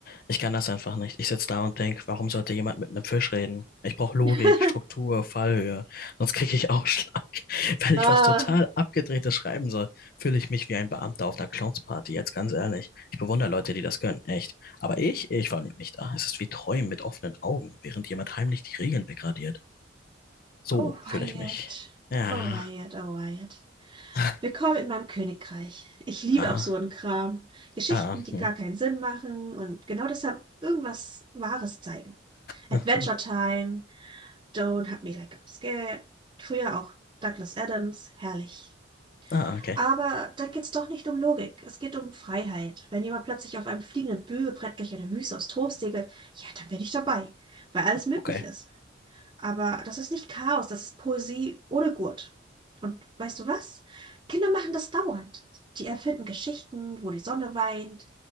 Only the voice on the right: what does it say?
<laughs>
Oh,
oh
Wyatt.
Oh Wyatt, oh Wyatt.
Willkommen in meinem Königreich. Ich liebe
absurden Kram, Geschichten,
die
gar keinen Sinn machen und genau deshalb irgendwas Wahres zeigen.
Adventure Time, Don't Hug Me Like I'm Scared, früher auch Douglas Adams, herrlich.
Aber da geht's doch nicht um Logik, es geht um Freiheit. Wenn jemand plötzlich auf einem fliegenden Bügelbrett durch eine Wüste aus Toast segelt, ja, dann bin ich dabei, weil alles möglich
ist. Aber das ist nicht Chaos, das ist Poesie ohne Gurt. Und weißt du was? Kinder machen das dauernd. Die erfinden Geschichten, wo die Sonne weint,